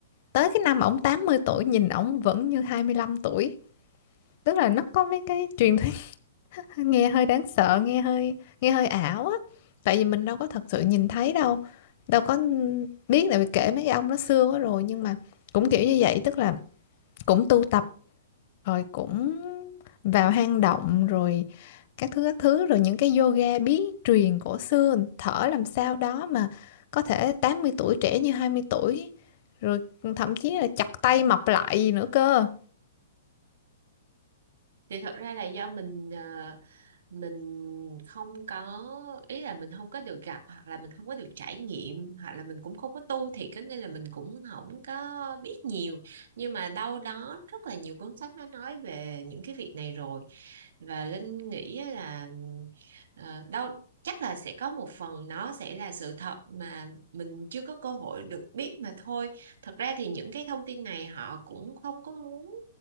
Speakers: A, on the left; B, on the right.
A: tới cái năm ổng 80 tuổi nhìn ổng vẫn như 25 tuổi. Tức là nó có mấy cái truyền thuyết nghe hơi đáng sợ nghe hơi nghe hơi ảo á tại vì mình đâu có thật sự nhìn thấy đâu đâu có biết tại vì kể mấy ông nó xưa quá rồi nhưng mà cũng kiểu như vậy tức là cũng tu tập rồi cũng vào hang động rồi các thứ các thứ rồi những cái yoga bí truyền cổ xưa thở làm sao đó mà có thể 80 tuổi trẻ như hai mươi tuổi rồi thậm chí là chặt tay mọc lại gì nữa cơ
B: thì thật ra là do mình ờ, mình không có ý là mình không có được gặp hoặc là mình không có được trải nghiệm hoặc là mình cũng không có tu thiệt á, nên là mình cũng không có biết nhiều nhưng mà đâu đó rất là nhiều cuốn sách nó nói về những cái việc này rồi và Linh nghĩ á là ờ, đâu chắc là sẽ có một phần nó sẽ là sự thật mà mình chưa có cơ hội được biết mà thôi thật ra thì những cái thông tin này họ cũng không có muốn